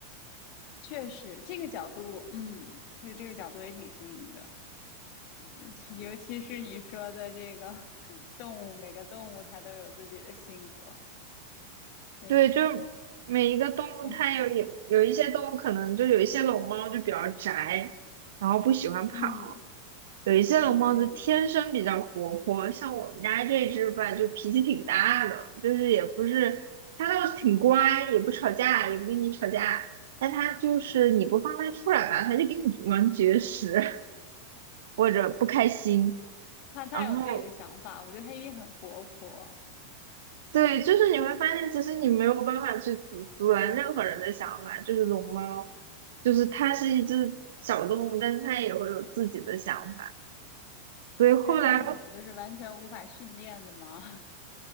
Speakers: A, on the left; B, on the right.
A: 确实这个角度，嗯，确实这个角度也挺新颖的，<laughs> 呃其尤其是你说的这个 <laughs> 动物，每个动物它都有自己的性格，确实，
B: 对，就是每一个动物，
A: 我们，
B: 它有有有一些动物可能就有一些龙猫就比较宅，然后不喜欢跑。
A: 嗯
B: 有一些龙猫就天生比较活泼，
A: 嗯嗯。
B: 像我们家这只吧，就脾气挺大的，就是也不是，它倒是挺乖，也不吵架，也不跟你吵架，但它就是你不放它出来吧，它就跟你玩绝食 <laughs> 或者不开心，
A: 他太有自己的想法，
B: 然后
A: 我觉得他一定很活泼。
B: 对，就是你会发现，其实你没有办法去阻阻拦任何人的想法，就是龙猫，就是它是一只小动物，但是它也会有自己的想法。所以后来
A: 他是那种就是完全无法训练的嘛。<laughs>